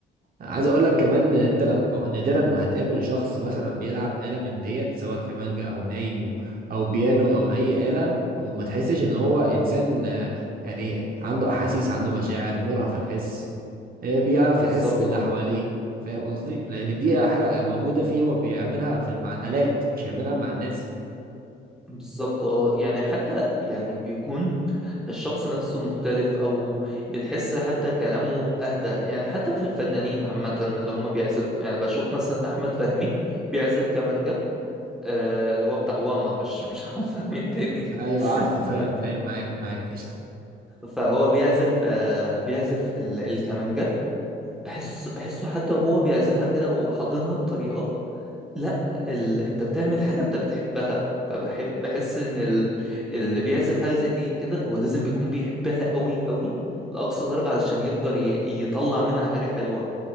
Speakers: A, on the right; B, in the centre.
A: عايز اقول لك كمان ان انت لم... نادرا ما هتقابل شخص مثلا بيلعب آلة من ديت سواء كمانجا او ناي او بيانو او اي آلة وما تحسش ان هو انسان آه، يعني عنده احاسيس عنده مشاعر مرهف في الحس آه، بيعرف
B: بالظبط
A: يحس باللي
B: اه
A: حواليه فاهم قصدي لان دي حاجة موجودة فيه هو بيعملها في مع الآلات مش هيعملها مع الناس
B: بالظبط اه يعني حتى يعني بيكون الشخص نفسه مختلف او بتحس حتى كلامه اهدى يعني حتى في الفنانين عامة اللي هم بيعزفوا يعني بشوف مثلا احمد فهمي بيعزف كمانجا آه اللي هو بتاع واما مش مش <laughs> احمد فهمي التاني
A: ايوه
B: <laughs>
A: عارفه فاهم
B: ف-
A: فاهم معاك معاك قشطة
B: فهو بيعزف آه بيعزف ال- الكمانجا بحس بحسه حتى هو بيعزفها كده هو حاضنها بطريقة لا ال... انت بتعمل حاجه انت بتحبها فبحب بحس ان ال... اللي بيعزف حاجه زي دي كده هو لازم بيكون بيحبها قوي قوي لاقصى درجه علشان يقدر ي... يطلع منها حاجه حلوه